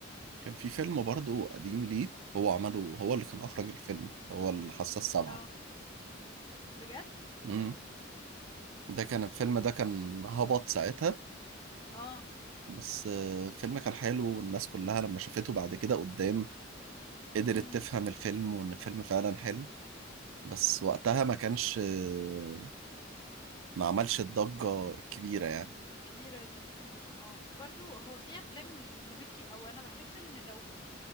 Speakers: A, on the right; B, on the left.
A: كان في فيلم برضه قديم ليه هو عمله هو اللي كان اخرج الفيلم هو الحاسه السابعه
B: اه بجد
A: مم. ده
B: ياه
A: كان الفيلم ده كان هبط ساعتها
B: اه
A: بس آه، الفيلم كان حلو والناس كلها لما شافته بعد كده قدام قدرت
B: امم
A: تفهم الفيلم وان الفيلم فعلا حلو بس وقتها ما كانش آه، ما عملش الضجة الكبيرة يعني
B: الكبيرة دي في السينما اه برضو هو في افلام لميكي او انا بحس ان لو